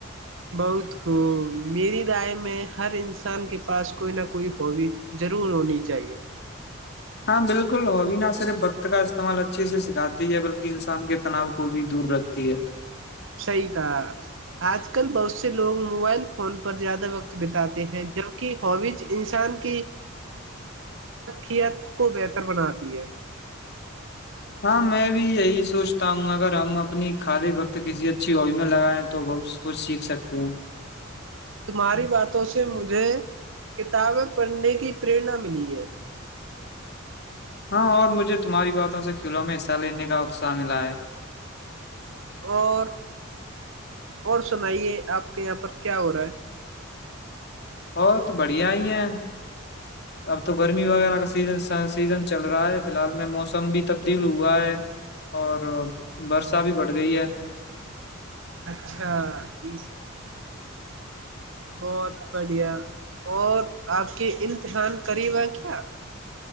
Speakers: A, on the right; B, on the left.
A: بہت خ میری رائے میں ہر انسان کے پاس کوئی نہ کوئی ہوبی ضرور ہونی چاہیے
B: ہاں بالکل ہووی نہ صرف وقت کا استعمال اچھے سے سکھاتی ہے بلکہ انسان کے تناؤ کو بھی دور رکھتی ہے
A: صحیح کہا آج کل بہت سے لوگ موبائل فون پر زیادہ وقت بتاتے ہیں جبک خووج انسان کی سیت کو بہتر بناتی ہے
B: ہاں میں بھی یہی سوچتا ہوں اگر ہم اپنی خالی وقت کسی اچھی وج میں لگائیں تو بہت کچھ سیکھ سکتے ہیں
A: تمہاری باتوں سے مجھے کتابیں پڑھنے کی پررنا ملی ہے
B: ہاں اور مجھے تمہاری باتوں سے کھیلوں میں حصہ لینے کا اتساہ ملا ہے
A: اور اور سنائیے آپ کے یہاں پر کیا ہو رہا ہے
B: بہت بڑھیا ہی ہیں اب تو گرمی وغیرہ کا سیز سیزن چل رہا ہے فی الحال میں موسم بھی تبدیل ہوا ہے اور برسا بھی بڑھ گئی ہے
A: اچھای بہت بڑھیا اور آپ کے امتحان قریبا کیا